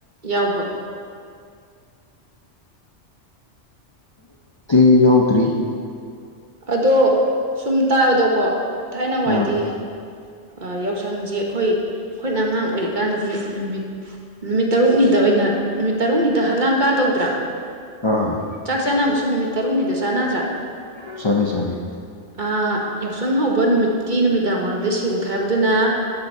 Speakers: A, on the right (about 40°); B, on the left (about 30°).
A: ꯌꯥꯎꯕ꯭ꯔꯣ
B: ꯇꯤ ꯌꯥꯎꯗ꯭ꯔꯤ
A: ꯑꯗꯣ ꯁꯨꯝ ꯇꯥꯕꯗꯀꯣ ꯊꯥꯏꯅ ꯋꯥꯏꯗꯤ
B: ꯑꯥ
A: ꯑ ꯌꯥ ꯌꯥꯎꯁꯪꯁꯦ ꯑꯩꯈꯣꯏ ꯑꯩꯈꯣꯏꯅ ꯑꯉꯥꯡ ꯑꯣꯏꯔꯤꯀꯥꯟꯗꯗꯤ ꯅꯨꯃꯤꯠ ꯅꯨꯃꯤꯠ ꯇꯔꯨꯛꯅꯤꯗ ꯑꯣꯏꯅ ꯅꯨꯃꯤꯠ ꯇꯔꯨꯛꯅꯤꯗ ꯍꯂꯥꯡ ꯀꯥ ꯇꯧꯗ꯭ꯔꯥ
B: ꯑꯥ
A: ꯆꯥꯛ ꯆꯥꯅꯕꯁꯨ ꯅꯨꯃꯤꯠ ꯇꯔꯨꯛꯅꯤꯗ ꯆꯥꯟꯅꯗ꯭ꯔꯥ
B: ꯁꯅꯤ ꯁꯅꯤ
A: ꯑꯥ, ꯌꯥꯎꯁꯪ ꯍꯧꯕ ꯅꯨꯃꯤꯠꯀꯤ ꯅꯨꯃꯤꯗꯥꯡ ꯋꯥꯏꯔꯝꯗ ꯁꯦꯟ ꯈꯥꯏꯕꯗꯨꯅ